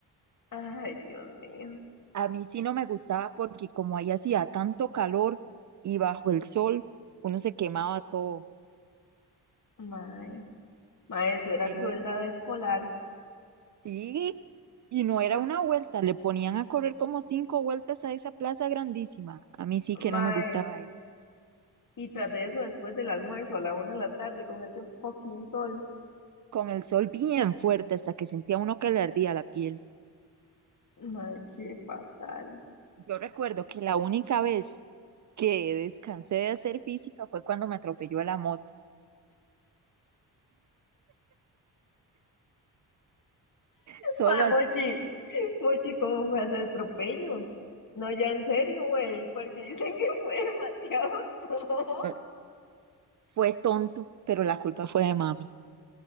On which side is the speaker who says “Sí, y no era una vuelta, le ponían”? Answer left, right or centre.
Right